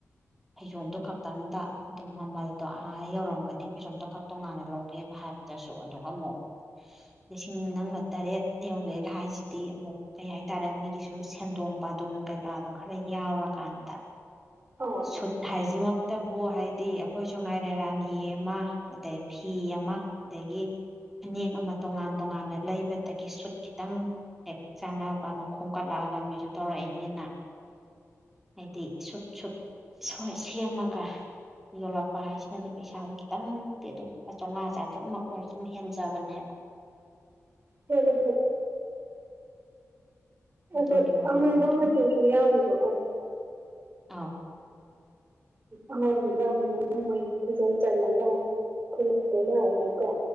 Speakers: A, in the centre; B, on the right (about 40°).
A: ꯐꯩꯖꯣꯝꯗꯣ ꯈꯛꯇꯪꯗ ꯑꯗꯨꯝ ꯃꯃꯜꯗꯣ ꯑ ꯌꯧꯔꯝꯒꯅꯤ ꯐꯩꯖꯣꯝꯗꯣ ꯈ ꯇꯣꯉꯥꯟꯅ ꯂꯧꯒꯦꯕ ꯍꯥꯏꯕꯗꯨꯁꯨ ꯑꯗꯨꯒ ꯑꯃꯨꯛ ꯂꯤꯁꯤꯡ ꯅꯪꯒ ꯇꯔꯦꯠ ꯌꯧꯋꯦꯒ ꯍꯥꯏꯁꯤꯗꯤ ꯑꯃꯨꯛ ꯀꯩ ꯍꯥꯏꯇꯥꯔꯦ ꯃꯤꯒꯤꯁꯨ ꯁꯦꯟꯗꯣꯡ ꯄꯥꯗꯣꯡ ꯀꯩꯀꯥꯗꯣ ꯈꯔ ꯌꯥꯎꯔꯀꯥꯟꯗ
B: ꯑꯧ
A: ꯁꯨꯠ ꯍꯥꯏꯖꯦ ꯃ ꯇꯕꯨ ꯍꯥꯏꯗꯤ ꯑꯩꯈꯣꯏꯁꯨ ꯉꯥꯏꯔꯦ ꯔꯥꯅꯤ ꯑꯃ ꯑꯗꯩ ꯐꯤ ꯑꯃ ꯑꯗꯒꯤ ꯐꯅꯦꯛ ꯑꯃ ꯇꯣꯉꯥꯟ ꯇꯣꯉꯥꯟꯅ ꯂꯩꯕ ꯑꯗꯒꯤ ꯁꯨꯠ ꯈꯤꯇꯪ ꯍꯦꯛ ꯆꯥꯟꯅꯕ ꯃꯈꯣꯡ ꯀꯠꯂꯛꯑꯒ ꯃꯤꯁꯨ ꯇꯧꯔꯛꯏꯅꯤꯅ ꯍꯥꯏꯗꯤ ꯁꯨꯠ ꯁꯨꯠ ꯁꯦꯝꯃꯒ ꯌꯣꯜꯂꯛꯄ ꯍꯥꯏꯁꯤꯃꯗꯤ ꯄꯩꯁꯥꯗꯨ ꯈꯤꯇꯪꯗꯤ ꯑꯗꯨꯝ ꯆꯥꯝꯃꯉꯥ ꯆꯥꯇ꯭ꯔꯨꯛꯃꯛꯨ ꯑꯣꯏꯔ ꯑꯗꯨꯝ ꯍꯦꯟꯖꯕꯅꯦꯕ
B: ꯍꯦꯜꯂꯦ
A: ꯑꯗꯨꯒꯤ
B: ꯑꯗ
A: ꯑꯣꯏꯔꯝꯒꯅꯤ
B: ꯑꯃꯨꯕ ꯃꯆꯨꯁꯨ ꯌꯥꯎꯔꯤꯕꯣ ꯀꯨꯝ
A: ꯑꯥ
B: ꯑꯉꯥꯎꯕꯗ ꯑꯃꯨꯕꯅ ꯅꯣꯡꯃ ꯐꯤꯖꯤꯟ ꯆꯜꯂꯒ ꯐꯨꯔꯤꯠꯇꯨꯗꯅꯔꯝꯕꯀꯣ